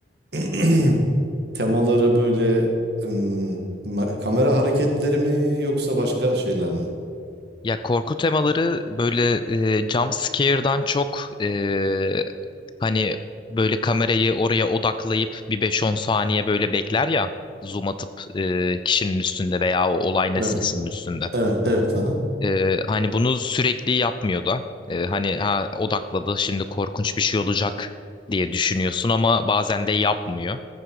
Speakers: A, on the right; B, on the left.
A: <clears throat> temaları böyle hmm, ma- kamera hareketleri mi yoksa başka şeyler mi?
B: Ya korku temaları böyle e, jump scare'dan çok e, Hani böyle kamerayı oraya odaklayıp bir beş-on saniye böyle bekler ya zoom atıp e, kişinin üstünde veya o olay nesnesinin
A: Evet.
B: üstünde.
A: Evet, evet. Aha.
B: E, hani bunu sürekli yapmıyor da. E, hani ha, odakladı şimdi korkunç bir şey olacak diye düşünüyorsun ama bazen de yapmıyor.